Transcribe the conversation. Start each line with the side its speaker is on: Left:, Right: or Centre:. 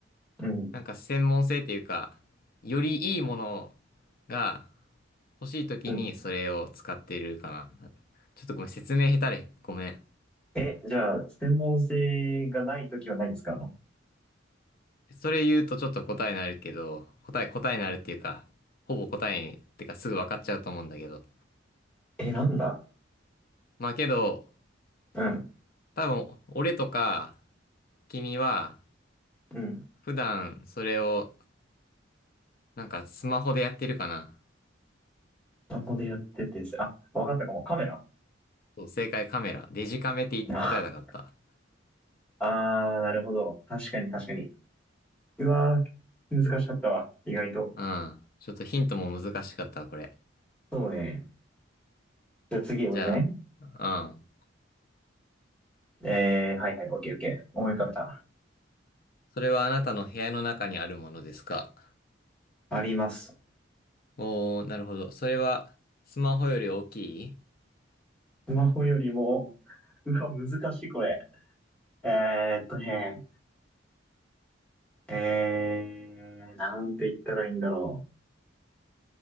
Centre: うん、
Left: なんか専門性っていうか、よりいいものが欲しい時にそれを使ってるかな。
Centre: うん。
Left: ちょっとごめん、説明下手で、ごめん。
Centre: え、じゃあ、専門性がないときは何使うの
Left: それ言うとちょっと答えになるけど、答え、答えになるっていうか、ほぼ答えに、ってかすぐ分かっちゃうと思うんだけど。
Centre: え、なんだ
Left: まあけど、
Centre: うん、
Left: 多分、俺とか、君は、
Centre: うん。
Left: 普段それを、なんかスマホでやってるかな。
Centre: スマホでやってて、あ、わかったかも。カメラ
Left: そう、正解カメラ。デジカメって答えたかった。
Centre: ああー、なるほど。確かに確かに。うわー、難しかったわ。意外と。
Left: うん。ちょっとヒントも難しかったわ、これ。
Centre: そうね。じゃあ次、俺ね。
Left: じゃあ、うん。
Centre: えー、はいはい、オッケーオッケー。思い浮かべた。
Left: それはあなたの部屋の中にあるものですか
Centre: あります。
Left: おー、なるほど。それは、スマホより大きい
Centre: スマホよりも、うわ、難しい、これ。えーっとね、えー、なんて言ったらいいんだろ